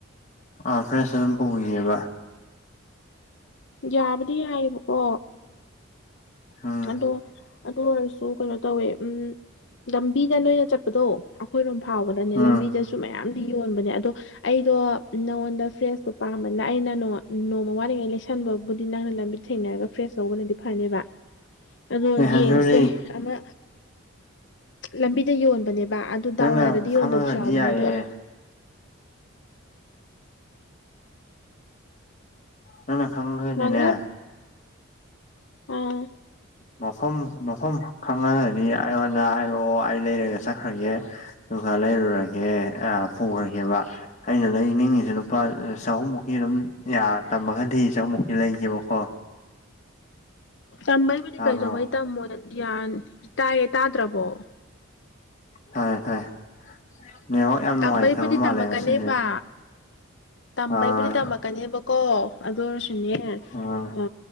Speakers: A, on the left; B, on the left.
A: ꯑꯥ ꯐ꯭ꯔꯦꯁ ꯑꯗꯨꯝ ꯄꯨꯒꯤꯒꯦꯕ
B: ꯌꯥꯕꯨꯗꯤ ꯌꯥꯏꯑꯕꯀꯣ
A: ꯎꯝ
B: ꯑꯗꯣ ꯑꯗꯨ ꯑꯣꯏꯔꯁꯨ ꯀꯩꯅꯣ ꯇꯧꯋꯦ ꯎꯝ ꯂꯝꯕꯤꯗ ꯂꯩꯔ ꯆꯠꯄꯗꯣ ꯑꯩꯈꯣꯏꯔꯣꯝ ꯐꯥꯎꯕꯗꯅꯦ
A: ꯎꯝ
B: ꯂꯝꯕꯤꯗꯁꯨ ꯆꯨ ꯃꯌꯥꯝꯗꯤ ꯌꯣꯟꯕꯅꯦ ꯑꯗꯣ ꯑꯩꯗꯣ ꯅꯉꯣꯟꯗ ꯐ꯭ꯔꯦꯁꯇꯣ ꯄꯥꯝꯕꯅ ꯑꯩꯅ ꯅꯣ ꯅꯣꯡꯃ ꯋꯥꯠꯂꯤꯉꯩ ꯂꯩꯁꯟꯕꯕꯨꯗꯤ ꯅꯪꯅ ꯂꯝꯕꯤ ꯊꯦꯡꯅꯔꯒ ꯐ꯭ꯔꯦꯁ ꯂꯧꯕꯅꯗꯤ ꯐꯅꯦꯕ ꯑꯗꯣ
A: ꯑꯦ
B: ꯌꯦꯡꯁꯦ
A: ꯑꯗꯨꯗꯤ
B: ꯑꯃ ꯂꯝꯕꯤꯗ ꯌꯣꯟꯕꯅꯦꯕ ꯑꯗꯨ ꯗꯥꯎ
A: ꯅꯪꯅ
B: ꯌꯥꯗ꯭ꯔꯗꯤ
A: ꯈꯪꯉꯒꯗꯤ
B: ꯌꯣꯟꯗꯕꯁꯨ ꯌꯥꯎꯕꯅꯦ
A: ꯌꯥꯏꯌꯦ
B: ꯑꯗꯣ ꯑ
A: ꯅꯪꯅ ꯈꯪꯒ꯭ꯔꯗꯤꯅꯦ
B: ꯉꯥꯡꯅ ꯑ
A: ꯃꯐꯝ ꯃꯐꯝ ꯈꯪꯉꯒꯗꯤ ꯑꯩꯉꯣꯟꯗ ꯍꯥꯏꯔꯛꯑꯣ ꯑꯩ ꯂꯩꯔꯒ ꯆꯠꯈ꯭ꯔꯒꯦ ꯑꯗꯨꯒ ꯂꯩꯔꯨꯔꯒꯦ ꯑ ꯄꯨꯒ꯭ꯔꯒꯦꯕ ꯑꯩꯅ ꯂꯩꯅꯤꯡꯉꯤꯖꯦ ꯂꯨꯄꯥ ꯆꯍꯨꯝꯃꯨꯛꯀꯤ ꯑꯗꯨꯝ ꯌꯥꯔ ꯇꯝꯃꯒꯗꯤ ꯆꯍꯨꯝꯃꯨꯛꯀꯤ ꯂꯩꯒꯦꯕꯀꯣ
B: ꯇꯝꯕꯩꯕꯨꯗꯤ
A: ꯇꯥꯕ꯭ꯔꯣ
B: ꯀꯩꯗꯧꯕꯩ ꯇꯝꯃꯣꯏ ꯌꯥꯟ ꯇꯥꯏꯌꯦ ꯇꯥꯗ꯭ꯔꯕꯣ
A: ꯇꯥꯏꯌꯦ ꯇꯥꯏꯌꯦ ꯅꯦꯠꯋꯥꯛ ꯌꯥꯝ ꯅꯨꯡꯉꯥꯏꯇꯕ
B: ꯇꯝꯕꯩꯕꯨꯗꯤ ꯇꯝꯃꯛꯀꯅꯦꯕ
A: ꯃꯥꯜꯂꯦ ꯉꯁꯤꯁꯦ
B: ꯇꯝꯕꯩꯕꯨꯗꯤ
A: ꯑꯥ
B: ꯇꯝꯃꯛꯀꯅꯦꯕꯀꯣ ꯑꯗꯨ ꯑꯣꯏꯔꯁꯨꯅꯦ
A: ꯑꯣ
B: ꯑ